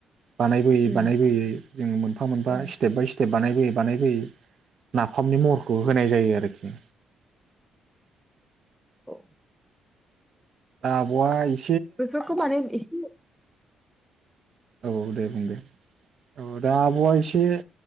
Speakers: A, on the right; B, in the centre.
A: बानायबोयै
B: उम
A: बानायबोयै। जों मोनफा मोनफा
B: ओं
A: स्टेफ बाय स्टे बानायबोयै बानायबोयै नाफामनि महरखौ होनाय जायो आरखि।
B: औ।
A: आब'आ इस
B: बेफोरखौ माने इसे।
A: औ दे बुं दे औ दा आब'या इसे